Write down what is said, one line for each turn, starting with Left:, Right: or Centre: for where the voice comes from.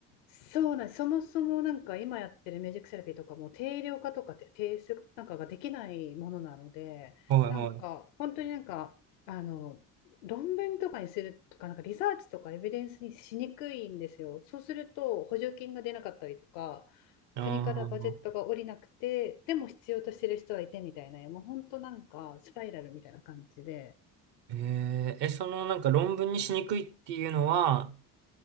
Left: そうなんです、そもそもなんか今やってるミュージックセラピーとかも定量化とかて定数なんかができないものなので、
Right: はいはい。
Left: なんか本当になんかあの論文とかにするとか、なんかリサーチとかエビデンスにしにくいんですよ。そうすると補助金が出なかったりとか、
Right: ああ、
Left: 国からバジェットが下りなくて、でも必要としてる人はいてみたいな、もう本当なんかスパイラルみたいな感じで。
Right: えええ、そのなんか論文にしにくいっていうのは、